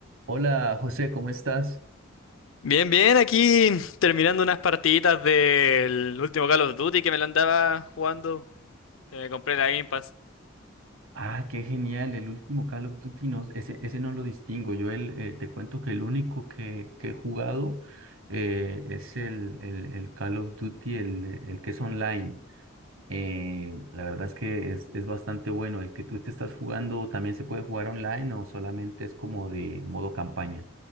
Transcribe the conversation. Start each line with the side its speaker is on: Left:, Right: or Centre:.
Right: Hola José, ¿cómo estás?
Left: Bien, bien, aquí terminando unas partiditas del último Call of Duty que me lo andaba jugando, que me compré la Game Pass.
Right: Ah, qué genial, el último Call of Duty, no, ese, ese no lo distingo. Yo el, eh, te cuento que el único que, que he jugado eh, es el, el, el Call of Duty, el, el que es online. Eh, la verdad es que es, es bastante bueno. ¿El que tú te estás jugando también se puede jugar online o solamente es como de modo campaña?